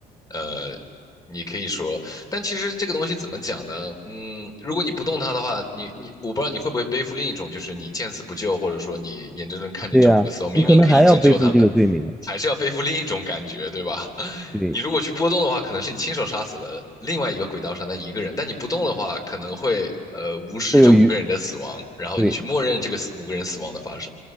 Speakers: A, on the left (about 20°); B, in the centre.
A: 呃，你可以说但其实这个东西怎么讲呢？嗯，如果你不动它的话，你你我不知道你会不会背负另一种，就是你见死不救，或者说你眼睁睁看着这五个死亡，
B: 对呀，
A: 明明可以拯救他们，
B: 你可能还要背负这个罪名。
A: 还是要背负另一种感觉，对吧？<laughs>
B: 对，
A: 你如果去波动的话，可能是你亲手杀死了另外一个轨道上的一个人，但你不动的话，可能会呃无视这五个人的死亡，
B: 会有余，
A: 然后你去默认这个死五个人死亡的发生。
B: 对，